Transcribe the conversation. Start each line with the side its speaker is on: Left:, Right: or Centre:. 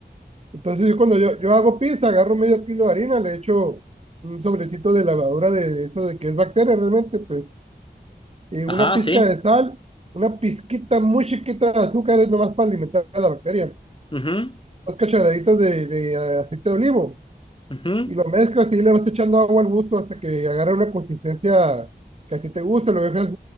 Right: Entonces yo cuando yo, yo hago pizza, agarro medio kilo de harina, le echo un sobrecito de levadura de eso de que es bacteria realmente, pues, y una
Left: Ajá,
Right: pizca
Left: sí.
Right: de sal, una pizquita muy chiquita de azúcar es nomás para alimentar a la bacteria,
Left: Mhm.
Right: dos cucharaditas de, de eh, aceite de olivo
Left: Mhm.
Right: Y lo mezclas y le vas echando agua al gusto hasta que agarre una consistencia que a ti te guste, lo dejas